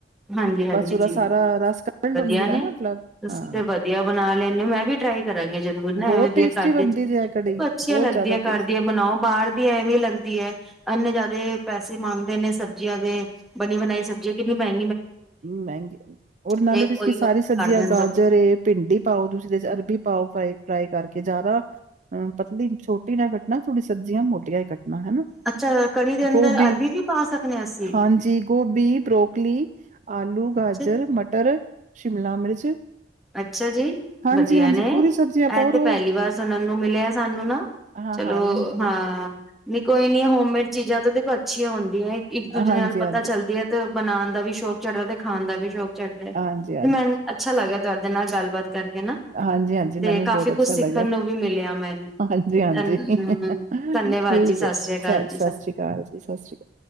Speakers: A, in the centre; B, on the right.
A: ਹਾਂਜੀ ਹਾਂਜੀ
B: ਬਸ ਉਹਦਾ
A: ਜੀ
B: ਸਾਰਾ ਰਸ ਕੱਢ
A: ਵਧੀਆ
B: ਲਓ ਇਮਲੀ ਦਾ
A: ਨੇ
B: ਨਾ ਮਤਲਬ
A: ਤੁਸੀਂ
B: ਹਾਂ
A: ਤੇ ਵਧੀਆ ਬਣਾ ਲੈਂਦੇ ਮੈਂ ਵੀ ਟਰਾਈ ਕਰਾਂਗੇ ਜਰੂਰ ਨਾ
B: ਬਹੁਤ
A: ਵਧ
B: ਟੇਸਟੀ
A: ਕਰਦੀ
B: ਬਣਦੀ
A: ਚ ਦੇੋ
B: ਜੇ ਐ ਕੜੀ
A: ਅੱਛੀਆਂ
B: ਬਹੁਤ
A: ਲੱਗਦੀ
B: ਜ਼ਿਆਦਾ
A: ਕਰਦੀਆਂ
B: ਟੇਸਟੀ
A: ਬਣਾਓ ਬਾਹਰ ਐ ਵੀ ਲੱਗਦੀ ਹੈ ਅੰਨੇ ਜ਼ਿਆਦੇ ਪੈਸੇ ਮੰਗਦੇ ਨੇ ਸਬਜ਼ੀਆਂ ਦੇ ਬਣੀ ਬਣਾਈ ਸਬਜ਼ੀ ਕਿੰਨੀ ਬਾਈ
B: ਮਹਿੰਗੀ ਰ ਨਾਲੇ
A: ਤੇ
B: ਤੁਸੀਂ
A: ਉਹੀ
B: ਕੀ ਸਾਰੀ
A: ਆਪਣੇ
B: ਸਬਜ਼ੀਆਂ
A: ਘਰ ਦੇ ਅੰਦਰ
B: ਗਾਜਰ ਏ ਭਿੰਡੀ ਪਾਓ ਤੁਸੀਂਦੇ ਅਰਬੀ ਪਾਓ ਫ ਫਰਾਈ ਕਰਕੇ ਜ਼ਿਆਦਾ ਅਹ ਪਤਾ ਨਹੀਂ ਛੋਟੀ ਨਾ ਕੱਟਣਾ ਥੋੜੀਆਂ ਸਬਜ਼ੀਆਂ ਮੋਟੀਆਂ ਕੱਟਣਾ ਹਨਾ
A: ਅੱਛਾ ਕੜੀ ਦੇ ਅੰਦਰ
B: ਗੋਭੀ
A: ਅਰਬੀ ਵੀ ਪਾ ਸਕਦੇ ਹਾਂ ਅਸੀਂ
B: ਹਾਂਜੀ ਗੋਭੀ ਬਰੋਕਲੀ ਆਲੂ ਗਾਜਰ
A: ਅੱਛਾ ਜੀ
B: ਮਟਰ ਸ਼ਿਮਲਾ ਮਿਰਚ
A: ਅੱਛਾ ਜੀ
B: ਹਾਂਜੀ
A: ਵਧੀਆ
B: ਹਾਂਜੀ
A: ਨੇ
B: ਪੂਰੀ
A: ਇਹ
B: ਸਬਜ਼ੀਆਂ ਪਾਓ ਔਰ
A: ਤੇ
B: ਉਹ
A: ਪਹਿਲੀ ਵਾਰ ਸੁਣਨ ਨੂੰ ਮਿਲਿਆ ਸਾਨੂੰ ਨਾ
B: ਹਾਂ
A: ਚਲੋ
B: ਹਾਂ ਨਹੀਂ ਬਹੁਤ
A: ਹਾਂ ਨ ਕੋਈ ਨੀ ਹੋਮਮੇਡ ਚੀਜ਼ਾਂ ਤੋਂ ਦੇਖੋ ਅੱਛੀਆਂੀਆਂ ਹੁੰਦੀ ਇੱਕ ਦੂਜੇ
B: ਹਾਂਜੀ
A: ਨਾਲ ਪਤਾ
B: ਹਾਂਜੀ
A: ਚੱਲਦੀ ਹੈ ਤੇ ਬਣਾਉਣ ਦਾ ਵੀ ਸ਼ੌਕ ੜਾ ਤੇ ਖਾਣ ਦਾ ਵੀ ਸ਼ੌਕ ਚੜਦੇ ਤੇ
B: ਹਾਂਜੀ
A: ਮੈਨੂੰ ਅੱਛਾ ਲੱਗਦਾ ਨਾਲ ਗੱਲਬਾਤ ਕਰਕੇ ਨਾ
B: ਹਾਂਜੀ ਹਾਂਜੀ
A: ਤੇ
B: ਮੈਨੂੰ ਵੀ
A: ਕਾਫ਼ੀ
B: ਬਹੁਤ ਅੱਛਾ
A: ਕੁਛ ਸਿੱਖਣ
B: ਲੱਗਾਿਆ
A: ਨੂੰ ਵੀ ਮਿਲਿਆ ਮੈਨੂੰ।
B: ਹਾਂਜੀ ਹਾਂਜੀ
A: ਧੰਨ
B: ਠੀਕ
A: ਹਮ ਧੰਨਵਾਦ ਸਤਿ
B: ਹੈ ਜੀ
A: ਸ੍ਰੀ ਅਕਾਲ
B: ਸਤਿ
A: ਜੀ
B: ਸ੍ਰੀ ਅਕਾਲ ਜੀ ਸਤਿ ਸ੍ਰੀ ਅਕਾਲ